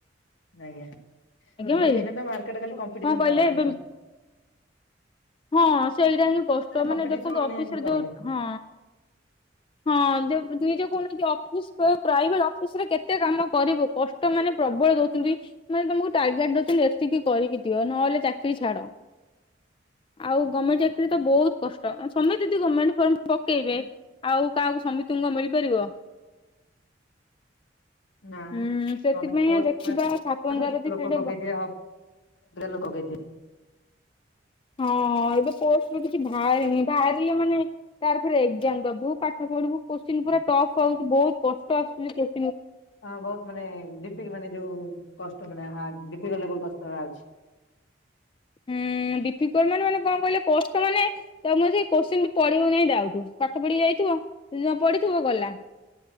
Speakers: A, on the left; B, on the left.
A: ଆଜ୍ଞା ମୁ
B: ଆଜ୍ଞା
A: କହିଲୁ
B: ଭାଇ
A: ଏଇନେ ତ ମାର୍କେଟ ଖାଲି କମ୍ପିଡିସନ୍
B: କଣ କହିଲେ
A: ଚାଲିଲାଣି
B: ଏବେ
A: ତ
B: ହଁ ସେଇଟା ହିଁ କଷ୍ଟ ମାନେ
A: କମ୍ପିଟିସନ
B: ଦେଖନ୍ତୁ ଅଫିସରେ
A: କଲେ
B: ଯୋଉ ହଁ। ହଁ ଦି ଯ କୌଣ ଅଫିସ ପ୍ରାଇଭେଟ ଅଫିସ ରେ କେତେ କାମ କରିବୁ। କଷ୍ଟ ମାନେ ପ୍ରବଳ ଦଉଛନ୍ତି ମାନେ ତମକୁ ଟାର୍ଗେଟ ଦଉଛନ୍ତି ଏତିକି କରିକି ଦିଅ ନହେଲେ ଚାକିରି ଛାଡ। ଆଉ ଗମେଣ୍ଟ ଚାକିରିତ ବହୁତ କଷ୍ଟ ସମୟ ଗମେଣ୍ଟ ଫର୍ମ ପକେଇବେ ଆଉ କାହାକୁ ସମିତୁଙ୍କୁ କଣ ମିଳିପାରିବ? <inaudible>
A: ନା
B: ହୁଁ ସେଥିପାଇଁ
A: ଗମେଣ୍ଟ ପୋଷ୍ଟ
B: ଦେଖିବା
A: ବାହାରିଥିବ
B: ଠାକୁରଙ୍କ ଦୟାରୁ ଯଦି
A: ଲୋକ
B: ଖାଲି ଟିକେ
A: ପକେଇ ଥିବେ <unintelligible> ପକେଇଥିବେ।
B: ହଁ ଏବେ ପୋଷ୍ଟ ରୁ କିଛି ହଁ ଏଇ ବାହାରିଲେ ମାନେ ତାର ଫରେ ଏକ୍ଜାମ ଦବୁ ପାଠ ପଢିବୁ କୋତ୍ସିନ ପୁରା ଟଫ୍ ହଉଛି ବହୁତ କଷ୍ଟ ଆଶୁଚି କେତେ?
A: ହଁ ବହୁତ ମାନେ ଡିପିକ ମାନେ ଯୋଉ କଷ୍ଟ ମାନେ ହାର୍ଡ ଡିପିଲ ଲେବୁଲ କଷ୍ଟ ରା ଆଉଛି।
B: ହୁଁ। ଡିିଫିକଲ୍ ମାନେ କଣ କହିଲ କଷ୍ଟ ମାନେ ତାମେ ସେ କୋଶ୍ଚିନ ପଢିବକି ନାଇଁ ଡାଉଟ ପାଠ ପଢିକି ଯାଇଥିବୁ ନପଡିଥିବ ଗଲା।